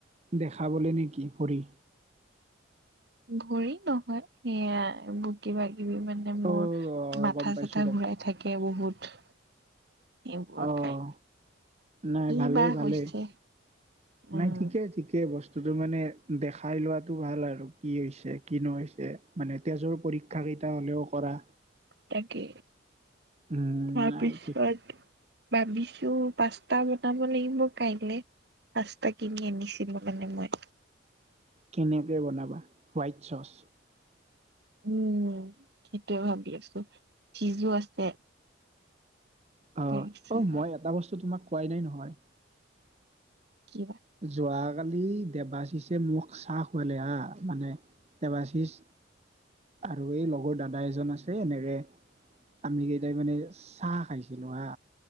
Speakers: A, on the right; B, on the right.
A: দেখাবলৈ নেকি পঢ়
B: ভৰি নহয় সেয়া বগী বাগ পৃথৱ মানে মোৰ
A: অ অ
B: মাথা
A: গম পাইছো
B: চাথা ঘূৰাই থাকে বহুত এইবোৰ
A: আহ
B: খাই
A: নাই
B: কি
A: ভালেই
B: বা
A: ভালেই
B: হৈছে উম
A: নাই ঠিকেই ঠিকেই বস্তুতটো মানে দেখাই লোৱাাতটো ভাল আৰু কি হৈছে কি নৈ হৈছে মানে তেজৰ পৰীক্ষা কেইটা হ'লেও কৰা
B: তাকে
A: উম
B: তাৰপিছত
A: নাই ঠিক
B: ভাবিছো পাস্তা বনাব লাগিব কাইলে ৰাস্তা কিনি আনিছিলো কাৰণে মই
A: কেনেকে বনাবা হোৱাইট চচ
B: উম সেইটয়ে ভাবি আছো ফিজো আছে
A: আহ
B: তাৰপিছত
A: অ মই এটা বস্তু তোমাক কোৱাই নাই নহয়
B: কি
A: যোৱাকালি দেবাশীষে মোক চাহ খুৱালে হা মানে দেবাশীষ আৰু এই লগৰ দাদা এজন আছে এনেকৰে আমি কেইটাই মানে চাহ খাইছিলো হা